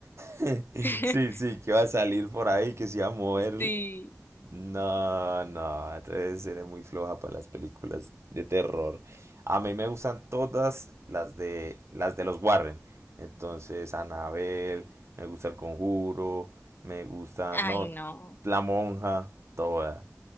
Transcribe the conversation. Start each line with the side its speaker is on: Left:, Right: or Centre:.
Right: <laughs>
Left: <laughs>
Right: Sí, sí, que va a salir por ahí, que se va a mover.
Left: Sí.
Right: No, no, entonces eres muy floja para las películas de terror. A mí me gustan todas las de las de los Warren. Entonces, Annabelle, me gusta El Conjuro, me gusta,
Left: Ay,
Right: no,
Left: no.
Right: La Monja, toda.